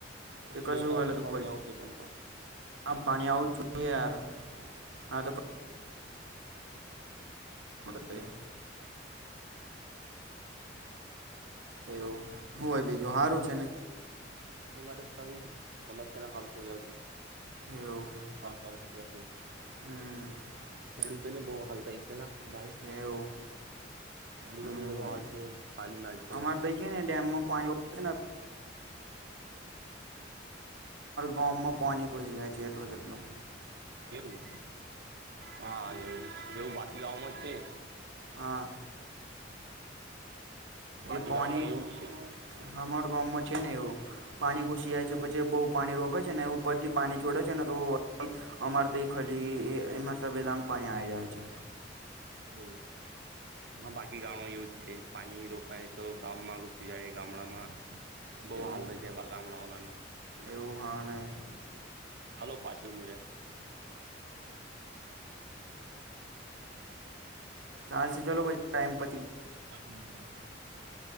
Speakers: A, on the right; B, on the right.
A: કે કશું
B: લેટ આવશે,
A: ગલત
B: પણ
A: બોલ
B: આવશે પણ પાણી.
A: હા પાણી આવવું જ યાર, હા તો. મરેવે <unintelligible>
B: હમ.
A: એવું હું હોય, બીજું સારું છે ને?
B: એની માટે સારી સમસ્યા ના હાલ થઈ જાય છે.
A: એવું
B: થઈ જાય છે.
A: હમ.
B: ખેડૂતો ને બહુ હાલ થાય છેલ્લા ભાઈ.
A: એવું
B: એલું
A: હમ
B: તો ન એવો હાલ છે, પાણી ના તો.
A: અમારે છે ને ડેમમાં <unintelligible> અમારા ગામમાં પાણી ઘુસી જાય છે, એટલે જેટલું
B: એવું, હા એવું. એવું બાકી ગામમાં જ છે.
A: હા.
B: બાકી
A: એ પાણી
B: ગામમાં એવું જ છે
A: અમાર ગામમાં છે ને એવું. પાણી ઘૂસી જાય છે, પછી બહુ પાણી રોકે છે ને ઉપર થી પાણી છોડે છે ને, તો અમારે તો ખ એ તબેલામાં પાણી આવી જાય છે.
B: એવું હા, બાકી ગામમાં એવું. છે પાણી રોકાય તો ગામમાં ઘુસી જાય, ગામડામાં. બહુ
A: એવું
B: હાલ ર છે એવા ગામડાઓલાના
A: એવું હા ને
B: <unintelligible> ચાલો, પાછા મળીએ.
A: ચાલો, પછી વાત કરે ટાઈમ પતી ગયા.
B: ચાલો, પાછળ મળી એ આપ.